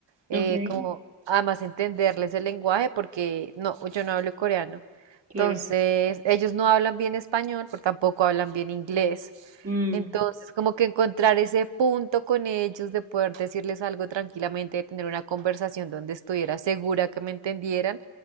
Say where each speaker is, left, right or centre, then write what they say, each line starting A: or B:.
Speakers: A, on the right; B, on the right.
A: eh,
B: okay,
A: como además entenderles el lenguaje porque no, yo no hablo coreano,
B: claro,
A: entonces ellos no hablan bien español, pero tampoco hablan bien inglés,
B: Mm,
A: entonces como que encontrar ese punto con ellos de poder decirles algo tranquilamente, de tener una conversación donde estuviera segura que me entendieran